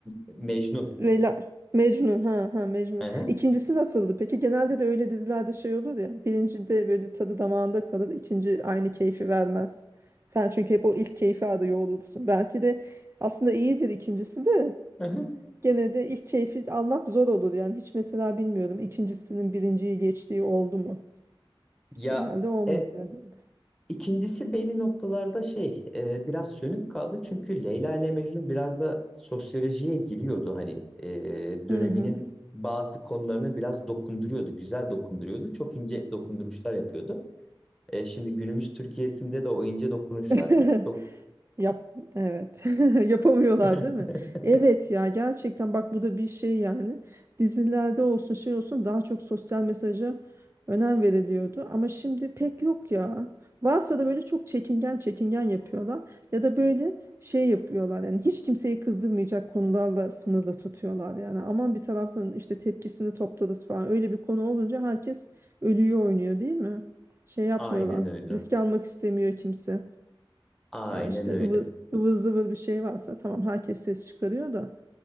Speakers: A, in the centre; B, on the right.
A: Mecnun.
B: Leyla Mecnun ha ha Mecnun.
A: Hı hı,
B: İkincisi nasıldı? Peki genelde de öyle dizilerde şey olur ya. Birincide böyle tadı damağında kalır, ikinci aynı keyfi vermez. Sen çünkü hep o ilk keyfi arıyor olursun. Belki de aslında iyidir ikincisi de
A: hı hı.
B: gene de ilk keyfi almak zor olur yani. Hiç mesela bilmiyorum ikincisinin birinciyi geçtiği oldu mu?
A: Ya
B: Genelde olmuyor
A: e,
B: değil mi?
A: İkincisi belli noktalarda şey e, biraz sönük kaldı çünkü Leyla ile Mecnun biraz da sosyolojiye giriyordu hani e, döneminin
B: Hı hı.
A: bazı konularını biraz dokunduruyordu güzel dokunduruyordu çok ince dokunduruşlar yapıyordu. E, şimdi günümüz Türkiye'sinde de o ince dokunuşlar
B: <laughs>
A: çok
B: Yap, evet. <laughs> Yapamıyorlar
A: <laughs>
B: değil mi? Evet ya gerçekten bak bu da bir şey yani. Dizilerde olsun şey olsun daha çok sosyal mesaja önem veriliyordu ama şimdi pek yok ya. Varsa da böyle çok çekingen çekingen yapıyorlar ya da böyle şey yapıyorlar yani hiç kimseyi kızdırmayacak konularla sınırlı tutuyorlar yani aman bir tarafın işte tepkisini toplarız falan öyle bir konu olunca herkes ölüyor oynuyor değil mi? Şey yapmıyorlar
A: aynen öyle
B: riske almak istemiyor kimse.
A: aynen
B: Ya işte
A: öyle
B: ıvır, ıvır zıvır bir şey varsa tamam herkes ses çıkarıyor da